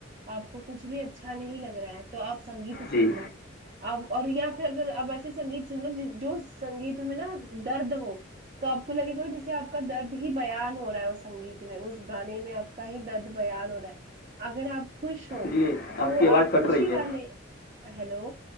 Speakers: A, on the right; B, on the left.
A: آپ کو کچھ بھی اچھا نہیں لگ رہا ہے تو آپ سنگیت سن
B: جی
A: لو آپ اور یا پھر اگر آپ ایسے سنگیت سن لو جو سنگیت میں نا درد ہو تو آ کو لگے گا جسے آپ کا درد ہی بیان ہو رہا ہے وہ سنگیت اس گانے میں آپ کا ہی درد بیان ہو رہا ہے اگر آپ خوش ہو
B: جی
A: تو
B: کی آواز
A: آپ
B: کٹ
A: خوشی
B: رہی ہے
A: والے ہیلو